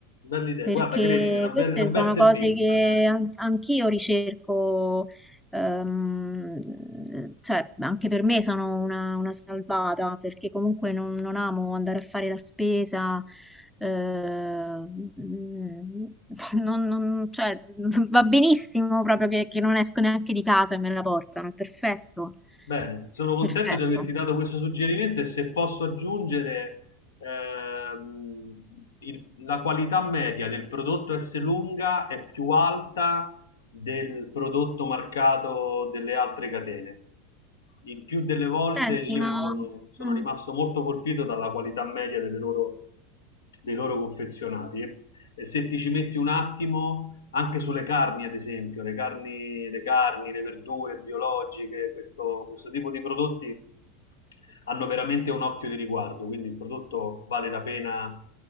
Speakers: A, on the left (about 80°); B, in the centre.
A: Bella idea,
B: perché
A: guarda, credimi, è una bella-
B: queste
A: è un bel
B: sono
A: servizio.
B: cose che an- anch'io ricerco Ehm, cioè, anche per me sono una, una salvata perché comunque non, non amo andare a fare la spesa. eh, mm, <laughs> non- non- cioè, <laughs> va benissimo proprio che, che non esco neanche di casa e me la portano. è Perfetto,
A: Bene, sono contento
B: perfetto.
A: di averti dato questo suggerimento e se posso aggiungere ehm, il- la qualità media del prodotto S lunga è più alta del prodotto marcato delle altre catene il più delle volte
B: Senti,
A: io
B: ma
A: mi sono, sono
B: mm,
A: rimasto molto colpito dalla qualità media delle loro, dei loro confezionati. E se ti ci metti un attimo, anche sulle carni, ad esempio, le carni, le, carni, le verdure biologiche, questo, questo tipo di prodotti hanno veramente un occhio di riguardo, quindi il prodotto vale la pena